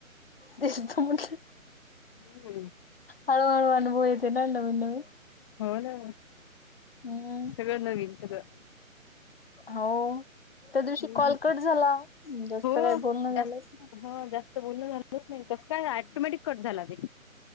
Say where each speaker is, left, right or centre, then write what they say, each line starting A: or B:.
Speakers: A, on the left (about 45°); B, on the left (about 20°).
A: तेच तर म्हटलं.
B: <unintelligible>
A: हळूहळू अनुभव येते ना नवीन, नवीन.
B: हो ना.
A: हम्म.
B: सगळं नविन सगळं.
A: हो त्या दिवशी
B: हम्म
A: कॉल कट झाला जास्त
B: हो
A: काय बोलण झालंच
B: जास्त
A: नाही.
B: हा जास्त बोलण झालंच नाही कसं काय? आटोमॅटिक कट झाला ते.